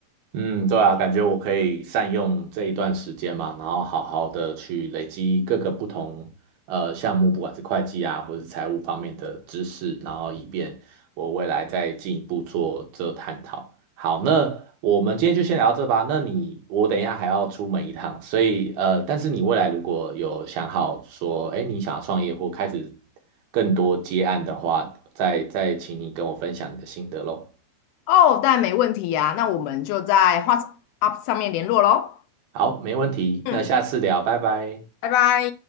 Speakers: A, on the right (about 80°); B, on the left (about 80°).
A: 嗯，对啊，感觉我可以善用这一段时间嘛，然后好好的去累积各个不同呃项目，不管是会计啊，或者是财务方面的知识，然后以便我未来再进一步做这探讨。好，那我们今天就先聊到这吧。那你我等一下还要出门一趟，所以呃，但是你未来如果有想好说，哎，你想要创业或开始更多接案的话，再再请你跟我分享你的心得喽。
B: 哦，当然没问题呀、那我们就在 WhatsApp 上面联络喽。
A: 好，没问题，
B: 嗯，
A: 那下次聊，拜拜。
B: 拜拜。